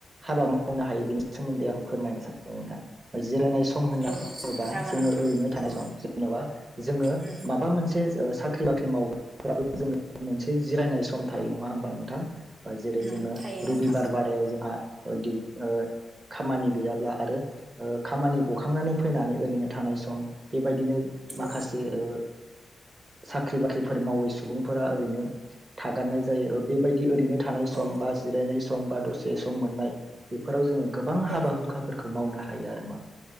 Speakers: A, on the right (about 35°); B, on the right (about 55°).
A: हाबा मावनो हायो बेनि सोमोन्दै आं फोरमायनो सानदों नोंथां। बा जिरायनाय सम सम होनना
B: औ
A: बुङोबा
B: जागोन
A: जोङो
B: नोंथां
A: ओरैनो थानाय
B: औ
A: सम जेन'बा जोङो
B: उम
A: माबा मोनसे साख्रि बाख्रि मावग्राफ्राबो जों मोनसे जिरायनाय सम थायो नङा होमबा नोंथां? जेरै
B: उम
A: जोङो
B: थायो नोंथां
A: रबिबार बारायाव जोंहा ओ दि खामानि गैयाब्ला आरो खामानि गखांनानै फैनानै ओरैनो थानाय सम बे बेबायदिनो माखासे
B: औ
A: ओ साख्रि बाख्रिफोर मावै सुबुंफोरा ओरैनो थागारनाय जायो बेबायदि ओरैनो थानाय समबा
B: औ
A: जिरायनाय समबा दसे सम मोननाय बेफोराव जोङो गोबां
B: औ
A: हाबा हुखाफोरखौ मावनो हायो हायो आरोमा